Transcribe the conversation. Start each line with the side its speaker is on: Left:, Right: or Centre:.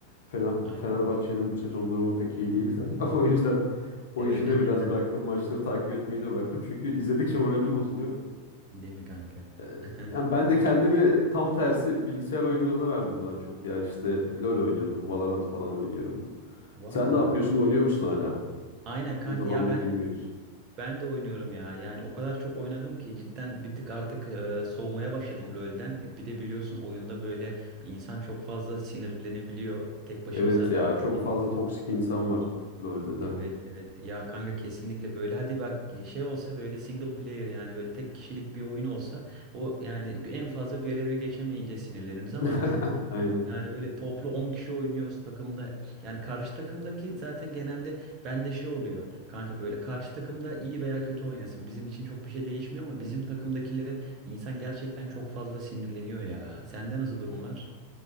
Left: Fener,
Right: Aynen.
Left: Fenerbahçe'nin bu sezon durumu pek iyi değil. <laughs> O yüzden o
Right: Evet.
Left: işi de biraz bıraktım.
Right: <laughs>
Left: Maçları takip etmeyi de bıraktım. Çünkü izledikçe moralim bozuluyor.
Right: Değil mi kanka?
Left: Ee,
Right: <laughs>
Left: yani ben de kendimi tam tersi bilgisayar oyunlarına verdim daha çok ya. İşte LoL oynuyorum, Valorant falan oynuyorum.
Right: Valla.
Left: Sen ne yapıyorsun? Oynuyor musun hala?
Right: Aynen kanka
Left: Uzun zamandır
Right: ya ben
Left: gelmiyoruz.
Right: ben de oynuyorum ya. Yani o kadar çok oynadım ki cidden bir tık artık e, soğumaya başladım LoL'den. E, Bir de biliyorsun oyunda böyle insan çok fazla sinirlenebiliyor. Tek başımıza
Left: Evet ya
Right: oynadık.
Left: çok fazla toksik insan var LoL'de de.
Right: Evet evet ya kanka kesinlikle böyle hadi bak şey olsa böyle single player yani böyle tek kişilik bir oyun olsa o yani en fazla görevi geçemeyince sinirleniriz ama
Left: <laughs> Aynen.
Right: yani böyle toplu 10 kişi oynuyoruz takımda yani karşı takımdaki zaten genelde bende şey oluyor kanka böyle karşı takımda iyi veya kötü oynasın bizim için çok bir şey değişmiyor ama bizim takımdakilere insan gerçekten çok fazla sinirleniyor ya sende nasıl durumlar?